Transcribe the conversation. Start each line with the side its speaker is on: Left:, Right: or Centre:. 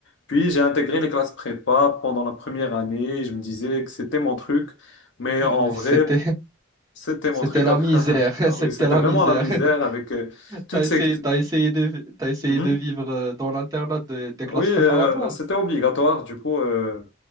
Left: Puis, j'ai intégré
Right: Oui.
Left: les classes prépa pendant la première année. Je me disais que c'était mon truc. Mais
Right: Mais
Left: en vrai,
Right: C'était,
Left: c'était
Right: c'était
Left: mon truc.
Right: la
Left: <laughs>
Right: misère. <laughs>
Left: Ah
Right: C'était
Left: oui, c'était
Right: la
Left: vraiment
Right: misère.
Left: la misère
Right: <laughs>
Left: avec euh, toutes
Right: T'as essayé,
Left: ces...
Right: t'as essayé de, t'as essayé
Left: Mhm.
Right: de vivre euh, dans l'internat des des
Left: Oui,
Right: classes
Left: euh,
Right: préparatoires.
Left: c'était obligatoire. Du coup... euh,